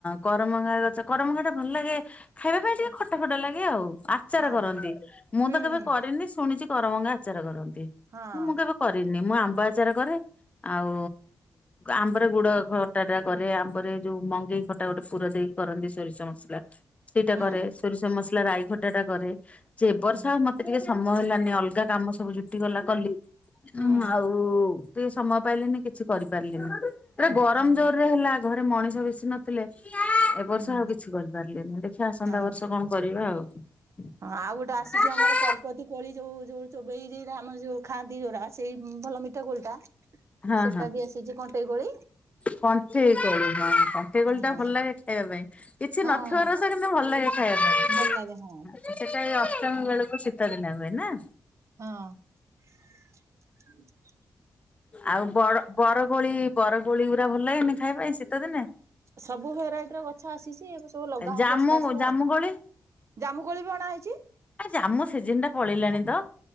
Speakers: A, on the left; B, on the right.
A: କରମଙ୍ଗା ଗଛ କରମଙ୍ଗା ଟା ଭଲ ଲାଗେ ଖାଇବା ପାଇଁ ଟିକେ ଖଟା ଖଟା ଲାଗେ ଆଉ। ଆଚାର
B: ହଁ
A: କରନ୍ତି ମୁଁ
B: ହୁଁ
A: ତ କେବେ
B: ହୁଁ
A: କରିନି ଶୁଣିଛି କରମଙ୍ଗା ଆଚାର କରନ୍ତି।
B: ହଁ
A: ମୁଁ କେବେ କରିନି ମୁଁ ଆମ୍ବ ଆଚାର କରେ ଆଉ ଆମ୍ବରେ ଗୁଡ ଖଟା ଟା କରେ। ଆମ୍ବରେ ଯୋଉ ମଙ୍ଗେଇ ଖଟା ଗୋଟେ ପୁର ଦେଇ କରନ୍ତି ସୋରିଷ ମସଲା। ସେଇଟା
B: ହଁ
A: କରେ, ସୋରିଷ ମସଲା ରାଇ ଖଟା ଟା କରେ। ଯେ ଏ ବର୍ଷ
B: ହୁଁ
A: ଆଉ ମତେ ଟିକେ ସମୟ ହେଲା ଅଲଗା କାମ ସବୁ ଜୁଟି ଗଲା କଲି।
B: ହୁଁ
A: ଆ ଉ ଟିକେ ସମୟ ପାଇଲିନି କିଛି କରିପାରିଲିନି। ପୁରା ଗରମ
B: ହୁଁ
A: ଜୋରରେ ହେଲା। ଘରେ ମଣିଷ ବେଶୀ ନଥିଲେ <unintelligible> ଏ ବର୍ଷ
B: ହୁଁ
A: ଆଉ କିଛି କରିପାରିଲିନି ଦେଖିବା ଆସନ୍ତା
B: ହଁ ହଁ
A: ବର୍ଷ କଣ କରିବା। <unintelligible>
B: ଆଉ ଗୋଟେ ଆସିଛି ଆମର କଲକତି କୋଳି ଯୋଉ ଯୋଉ ଚୋବେଇ ଯଟା ଆମର ଯୋଉ ଖାଆନ୍ତି ଯୋଉରା ସେଇ ଭଲ ମିଠା କୋଳି ଟା।
A: ହଁ
B: ସେଟା
A: ହଁ
B: ବି ଆସିଛି କଣ୍ଟେଇ କୋଳି
A: କଣ୍ଠେଇ କୋଳି ହଁ କଣ୍ଠେଇ କୋଳି
B: ହଁ
A: ଟା ଭଲ ଲାଗେ ଖାଇବା ପାଇଁ କିଛି
B: ହଁ
A: ନଥିବ ରସ କିନ୍ତୁ ଭଲ ଲାଗେ ଖାଇବା
B: ଭଲ ଲାଗେ ହଁ
A: ପାଇଁ ସେଟା ଏ ଅଷ୍ଟମୀ ବେଳକୁ ଶୀତ ଦିନ ହୁଏ ନା।
B: ହଁ।
A: ଆଉ ବର ବରକୋଳି ବରକୋଳି ଗୁରା ଟା ଭଲ ଲାଗେନି ଖାଇବା ପାଇଁ ଶୀତ ଦିନେ।
B: ସବୁ ଭେରାଇଟିର ଗଛ ଆସିଛି ଏବେ ସବୁ ଲଗା ହଉଛି
A: ଜାମୁ
B: ଆସ୍ତେ ଆସ୍ତେ
A: ଜାମୁ
B: ଆଉ
A: କୋଳି,
B: ଜାମୁକୋଳି ବି ଅଣା ହେଇଛି।
A: ଆ ଜାମୁ ସିଜନ। ତିନିଟା ପଳେଇଲାଣି ତ।